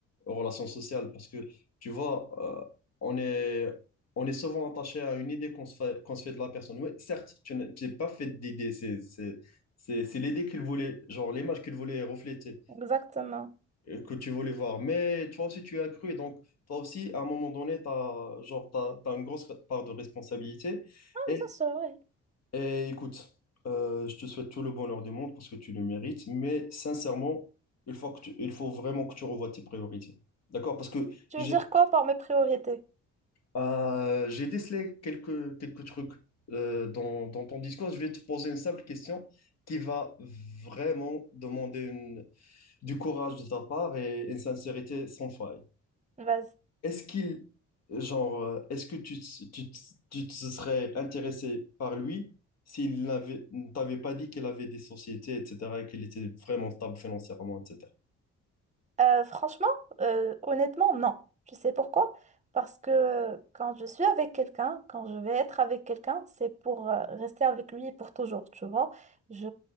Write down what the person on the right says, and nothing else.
Exactement.
Ah,
bien sûr, oui.
Tu
veux dire quoi par mes priorités?
Vas-y.
Euh, franchement, euh, honnêtement, non. Je sais pourquoi? Parce que euh, quand je suis avec quelqu'un, quand je vais être avec quelqu'un, c'est pour euh, rester avec lui pour toujours, tu vois. Je,